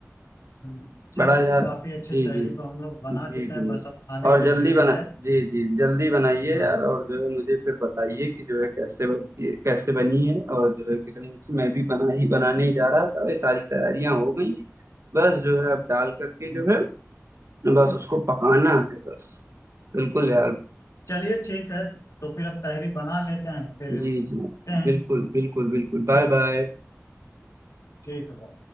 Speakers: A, on the left (about 80°); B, on the right (about 65°).
A: हम्म। चलिए
B: बड़ा यार
A: काफी अच्छी
B: जी
A: तहरी
B: जी
A: तो हम लोग बना
B: जी
A: चुके
B: जी
A: हैं बस अब खाने
B: और जल्दी
A: की देरी
B: बना
A: है
B: जी जी जल्दी बनाइए
A: हाँ
B: यार और जो है मुझे फिर बताइए कि जो है कैसे बनती है कैसे बनी है और जो है कितनी अच्छी मैं भी बना ही बनाने ही जा रहा था ये सारी तैयारियां हो गई हैं बस जो है अब डाल करके
A: हम्म,
B: जो है बस उसको पकाना है बस बिल्कुल यार
A: चलिए ठीक है तो फिर अब तहरी बना लेते हैं फिर
B: जी
A: मिलते
B: जी
A: हैं
B: बिल्कुल बिल्कुल बिल्कुल
A: ठीक
B: बाय बाय
A: है ठीक है